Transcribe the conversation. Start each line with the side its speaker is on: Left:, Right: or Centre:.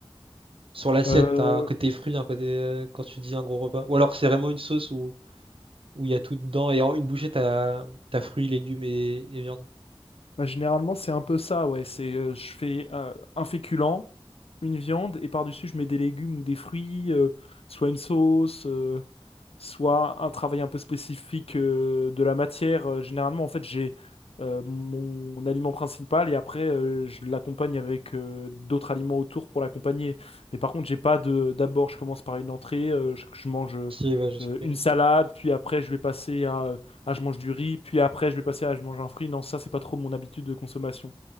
Right: Sur l'assiette,
Left: Euh,
Right: t'as un côté fruit, un côté euh, quand tu dis un gros repas. Ou alors c'est vraiment une sauce où où il y a tout dedans et en une bouchée t'as t'as fruits, légumes et, et viande.
Left: bah, généralement, c'est un peu ça, ouais. C'est euh, je fais euh, un féculent, une viande, et par-dessus, je mets des légumes ou des fruits, euh, soit une sauce. euh, soit un travail un peu spécifique euh, de la matière. Euh, Généralement, en fait, j'ai euh, mon aliment principal et après, euh, je l'accompagne avec euh, d'autres aliments autour pour l'accompagner. Mais par contre, j'ai pas de. D'abord, je commence par une entrée, euh, je, je mange euh,
Right: Qui est- ouais, je sais
Left: euh,
Right: plus.
Left: une salade, puis après, je vais passer à, euh, ah, je mange du riz, puis après, je vais passer à je mange un fruit. Non, ça, c'est pas trop mon habitude de consommation.